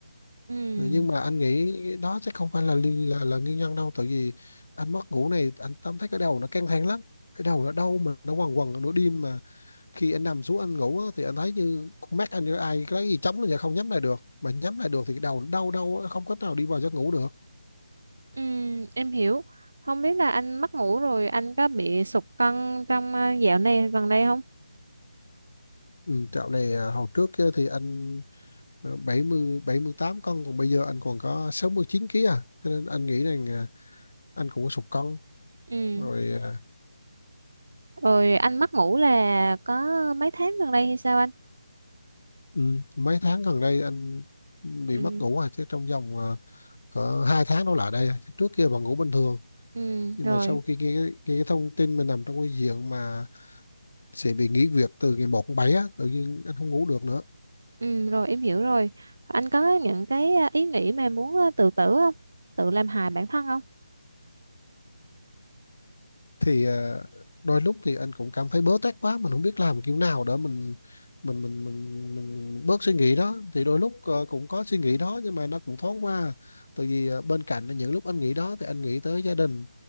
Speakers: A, on the right; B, on the left.
A: ừ
B: Ừ, nhưng mà anh nghĩ đó chắc không phải là liên- là là nguyên nhân đâu tại vì anh mất ngủ này anh cảm thấy cái đầu nó căng thẳng lắm cái đầu nó đau mà nó quằn quằn nửa đêm mà khi anh nằm xuống anh ngủ á, thì anh thấy như con mắt anh như ai cái gì chống là không nhắm lại được mà nhắm lại được thì cái đầu nó đau đau á, không cách nào đi vào giấc ngủ được
A: ừ em hiểu không biết là anh mất ngủ rồi anh có bị sụt cân trong ờ, dạo này gần đây không
B: ừ, dạo này à, hồi trước á thì anh à, bảy mươi 78 cân còn bây giờ anh còn có 69 ký à cho nên anh nghĩ rằng à, anh cũng có sụt cân
A: ừ
B: rồi à,
A: rồi anh mất ngủ là có mấy tháng gần đây hay sao anh
B: Ừ, mấy tháng gần đây anh bị
A: ừ
B: mất ngủ à chứ trong vòng à, cỡ hai tháng đổ lại đây à. trước kia vẫn ngủ bình thường
A: ừ
B: nhưng
A: rồi
B: mà sau khi nghe, cái- nghe cái thông tin mình nằm trong cái diện mà sẽ bị nghỉ việc từ ngày một tháng bảy á tự nhiên anh không ngủ được nữa
A: Ừ, rồi em hiểu rồi. Anh có những cái à, ý nghĩ mà muốn à, tự tử không? Tự làm hại bản thân không?
B: thì ờ, đôi lúc thì anh cũng cảm thấy bớ tét quá mình không biết làm kiểu nào để mình mình mình mình mình bớt suy nghĩ đó thì đôi lúc ờ, cũng có suy nghĩ đó nhưng mà nó cũng thoáng qua tại vì ờ, bên cạnh là những lúc anh nghĩ đó thì anh nghĩ tới gia đình